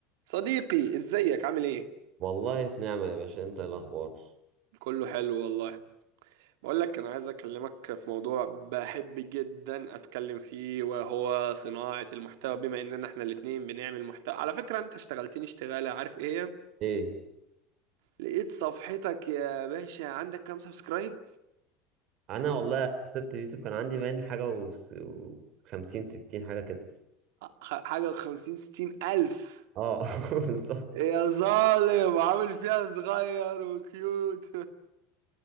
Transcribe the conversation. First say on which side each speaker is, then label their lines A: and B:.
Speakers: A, on the right; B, on the right.
A: صديقي ازيك عامل ايه
B: والله في نعمة يا باشا انت إيه الاخبار
A: كله حلو والله بقول لك انا عايز اكلمك في موضوع بحب جدا اتكلم فيه وهو صناعة المحتوى بما اننا احنا الاتنين بنعمل محتوى على فكرة انت اشتغلتني اشتغالة عارف ايه هي؟
B: ايه
A: لقيت صفحتك يا باشا عندك كام سبسكرايب
B: انا والله سبت اليوتيوب كان عندي مان حاجة وس- وخمسين ستين حاجة كده
A: ح- حاجة وخمسين ستين الف
B: اه <laughs> بالظبط
A: يا ظالم عامل فيها صغير وكيوت